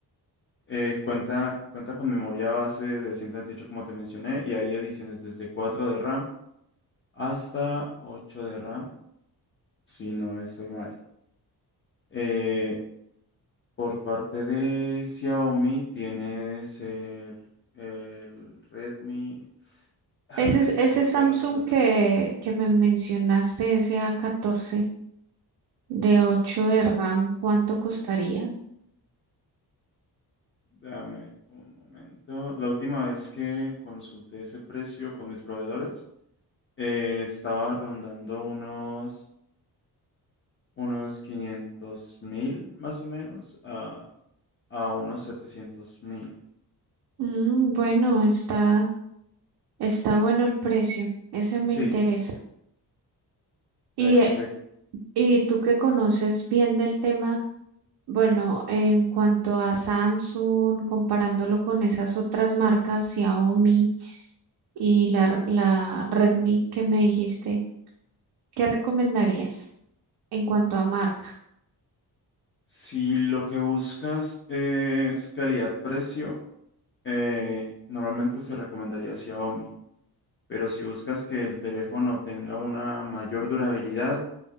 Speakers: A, on the left; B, on the right.
A: Eh, cuenta, cuenta con memoria base de 128 como te mencioné y hay ediciones desde 4 de RAM hasta 8 de RAM, si no estoy mal. Eh, por parte de Xiaomi tienes el, el Redmi... Ay,
B: Ese, ese
A: se me olvidó
B: Samsung
A: la nomenclatura.
B: que, que me mencionaste, ese a catorce De 8 de RAM, ¿cuánto costaría?
A: Dame un momento. La última vez que consulté ese precio con mis proveedores, eh, estaba rondando unos, unos 500 mil más o menos a, a unos 700 mil.
B: Mm, bueno, está, está bueno el precio, ese me
A: Sí,
B: interesa. Y,
A: perfecto.
B: eh, y tú que conoces bien del tema, bueno, en cuanto a Samsung, comparándolo con esas otras marcas, Xiaomi y la, la Redmi que me dijiste, ¿qué recomendarías en cuanto a marca?
A: Si lo que buscas es calidad-precio, eh, normalmente se recomendaría Xiaomi, pero si buscas que el teléfono tenga una mayor durabilidad,